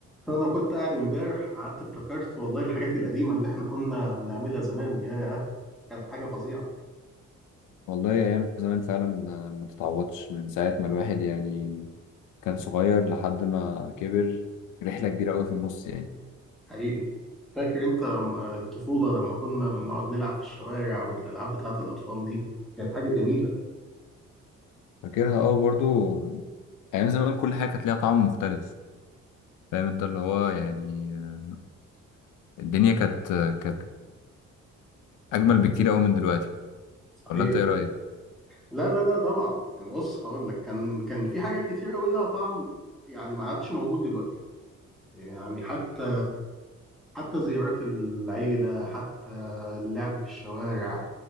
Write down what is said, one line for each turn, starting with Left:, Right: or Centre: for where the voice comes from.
Centre: فانا كنت قاعد امبارح قعدت افتكرت والله الحاجات القديمه اللي احنا كنا بنعملها زمان يا كانت حاجه فظيعه
Left: والله أيام زمان فعلا ما ما تتعوضش من ساعة ما الواحد يعني كان صغير لحد ما كبر رحلة كبيرة أوي في النص يعني
Centre: حقيقي فاكر انت م- آه، الطفوله لما كنا بنقعد نلعب في الشوارع والالعاب بتاعه الاطفال دي كانت حاجه جميله
Left: فاكرها أوي برضو أيام زمان كل حاجة كانت ليها طعم مختلف فاهم أنت اللي هو يعني آه، الدنيا كانت كانت أجمل بكتير أوي من دلوقتي
Centre: صحيح
Left: ولا أنت إيه رأيك؟
Centre: لا لا لا طبعا يعني بص هقول لك كان كان في حاجات كتير قوي لها طعم يعني ما عادش موجود دلوقتي يعني حتى حتى زيارات العيله حتى اللعب في الشوارع